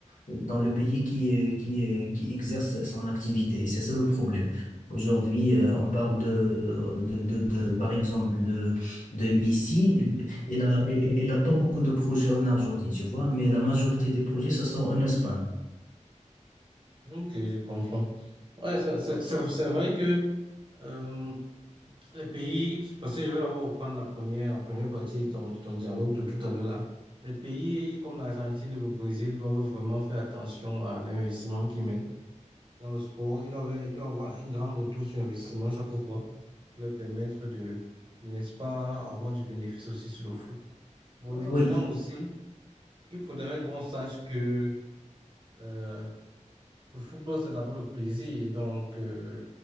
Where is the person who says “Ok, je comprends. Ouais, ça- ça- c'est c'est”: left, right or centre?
Right